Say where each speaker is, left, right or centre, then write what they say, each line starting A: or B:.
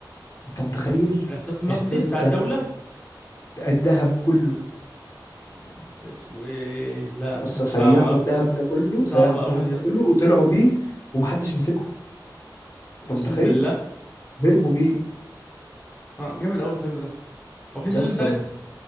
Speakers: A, on the left; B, on the left.
A: انت متخيل
B: الاحتياط النقدي
A: احتياط
B: بتاع
A: الذهب
B: الدوله
A: الذهب كله
B: يا لهوي اسود لا
A: يا اسطى
B: <laughs>
A: سيحوا
B: صعب قوي
A: الذهب ده كله
B: صعبة
A: سيحوا الذهب
B: أوي دي يا
A: ده
B: اسطى
A: كله وطلعوا بيه ومحدش مسكهم انت
B: أقسم
A: متخيل
B: بالله
A: هربوا بيه
B: آه جامد أوي الفيلم ده وفي سيزون
A: يا اسطى
B: تالت
A: م-